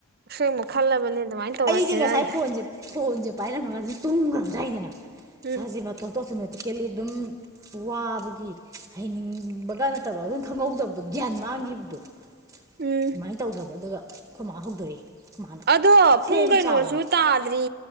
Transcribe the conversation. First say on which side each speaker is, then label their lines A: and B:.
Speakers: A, on the right; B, on the right.
A: ꯑꯁꯦꯡꯕ ꯈꯜꯂꯕꯅꯦ ꯑꯗꯨꯃꯥꯏꯅ ꯇꯧꯔꯁꯤꯔ
B: ꯑꯩꯗꯤ ꯉꯁꯥꯏ
A: ꯍꯥꯏꯅ
B: ꯐꯣꯟꯖ‌ꯦ ꯐꯣꯟꯖ‌ꯦ ꯄꯥꯏꯔꯝꯃꯒ ꯑꯗꯨꯝ ꯇꯨꯒ꯭ꯔꯕꯖꯥꯠꯅꯤꯗꯅ
A: ꯎꯝ
B: ꯏꯁꯥꯖꯤꯃꯛ ꯇꯣꯇꯣꯁꯨꯃꯇꯤꯀꯦꯜꯂꯤ ꯗꯨꯝ ꯋꯥꯕꯒꯤ ꯍꯩꯅꯤꯡꯕꯒꯥ ꯅꯠꯇꯕ ꯑꯗꯨꯝ ꯈꯪꯍꯧꯗꯕꯗꯣ ꯒ꯭ꯌꯥꯟ ꯃꯥꯡꯒꯤꯕꯗꯣ <inaudible>
A: ꯎꯝ
B: ꯃꯥꯏꯟ ꯇꯧꯒ꯭ꯔꯕ ꯑꯗꯨꯒ ꯑꯈꯣꯏ ꯃꯥ ꯍꯧꯗꯣꯛꯔꯛꯑꯦ ꯈꯣꯢ ꯃꯥꯅ
A: ꯇꯣ
B: ꯁꯦꯝ
A: ꯄꯨꯡ ꯀꯩꯅꯣꯁꯨ
B: ꯆꯥꯎꯑꯣꯅ
A: ꯇꯥꯗ꯭ꯔꯤ